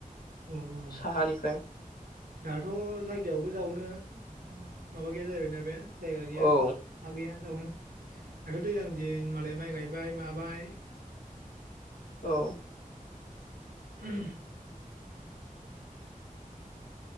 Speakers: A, on the right; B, on the left.
A: औ औ
B: साहानिफ्राय
A: दाथ' जायगायावबो जानो माबा गैया जाहैबायना बे जायगा गैया
B: औ
A: हा गैया जावनो दाथ' दैज्लां दिन मालाय माइ गायबाय माबाय
B: औ।
A: <inaudible>